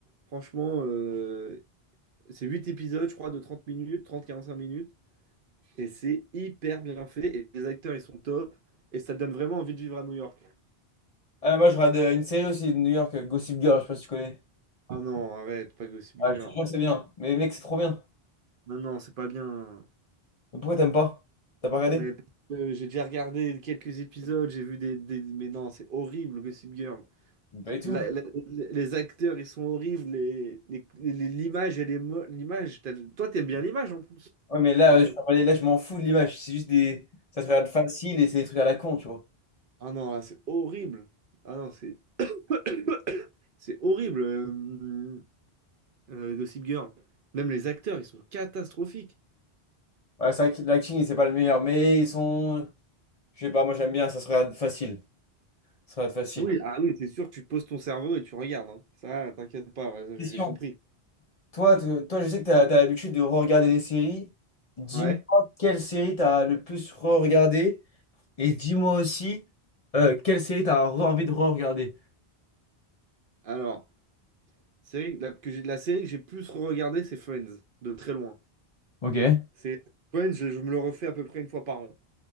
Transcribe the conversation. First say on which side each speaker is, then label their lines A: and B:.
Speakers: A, on the right (about 60°); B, on the left (about 40°).
A: franchement, euh, c'est huit épisodes, je crois, de 30 minutes, trente quarante-cinq minutes. Et c'est hyper bien fait, et les acteurs, ils sont top, et ça te donne vraiment envie de vivre à New York.
B: Ah, mais moi, je regarde euh, une série aussi de New York, euh, Gossip Girl, je sais pas si tu connais.
A: Ah non, arrête, pas Gossip
B: Ah,
A: Girl.
B: je te jure que c'est bien. Mais mec, c'est trop bien.
A: Non, non, c'est pas bien.
B: Mais pourquoi t'aimes pas? T'as pas regardé?
A: Mais parce que j'ai déjà regardé quelques épisodes, j'ai vu des, des- Mais non, c'est horrible, Gossip Girl.
B: Pas du tout.
A: La- la- les acteurs, ils sont horribles. les- les- les- l'image, elle est mo- L'image, t'as- toi, t'aimes bien l'image en plus.
B: Ouais, mais là,
A: J'ai
B: euh,
A: jamais-
B: je, regardais- là, je m'en fous de l'image. C'est juste des. Ça se regarde facile et c'est des trucs à la con, tu vois.
A: Ah non, là, c'est horrible. Ah non, c'est <coughs> c'est horrible, euh, euh, Gossip Girl. Même les acteurs, ils sont catastrophiques.
B: Ouais, c'est vrai que l'acting, c'est pas le meilleur, mais ils sont. Je sais pas, moi, j'aime bien, ça se regarde facile. Ça se regarde facile.
A: Oui, ah oui, c'est sûr, tu poses ton cerveau et tu regardes. hein. Ça, t'inquiète pas, ouais,
B: question
A: j'ai j'ai compris.
B: Toi, tu- toi, je sais que tu as, l'habitude de re-regarder des séries. Dis-moi
A: Ouais.
B: quelle série t'as le plus re-regardé et dis-moi aussi euh, quelle série t'as as envie de re-regarder.
A: Alors. Série, la, que j'ai- la série que j'ai plus regardée, c'est Friends, de très loin.
B: Ok,
A: C'est Friends, je, je me le refais à peu près une fois par an.